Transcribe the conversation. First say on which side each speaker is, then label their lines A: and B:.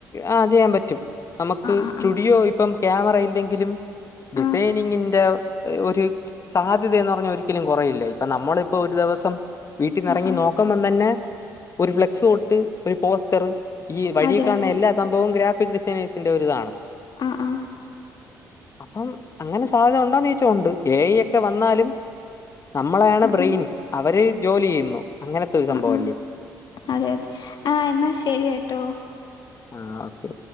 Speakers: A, on the left; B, on the left.
A: ആ ചെയ്യാം പറ്റും നമക്ക്
B: ആ
A: സ്റ്റുഡിയോ
B: ആ
A: ഇപ്പം ക്യാമറ ഇല്ലങ്കിലും ഡിസെനിംന്റെ
B: ആ
A: ഒര് സാധ്യതെന്ന് പറഞ്ഞ ഒരിക്കലും കൊറയില്ലയ് ഇപ്പ നമ്മളിപ്പ ഒര് ദെവസം വീട്ടിനെറങ്ങി
B: ആ ആ
A: നോ ക്കുമ്പതന്ന ഒര് ഫ്ലെക്സ് തൊട്ട് ഒര് പോസ്റ്റർ ഈയ്
B: അതെ അതെ
A: എല്ലാ സംഭവും ഗ്രാഫിക് ഡിസെനേഴ്സ്ന്റ ഒര്താണ്
B: ആഹ ആഹ്
A: അപ്പം അങ്ങന സാധ്യത ഒണ്ടോന്ന് ചോയ്ച്ച ഒണ്ട് ഏഐ ക്ക വന്നാലും നമ്മളാണ്
B: ഉം
A: ബ്രെയ്ൻ
B: ഉം
A: അവര് ജോലിയ്യ്ന്നു അങ്ങനത്തൊര്
B: ഉം
A: സംഭവല്ലേ
B: ഉം അതെ അതെ ആ എന്നാ ശരി കേട്ടോ
A: ആഹ് ഓക്കെ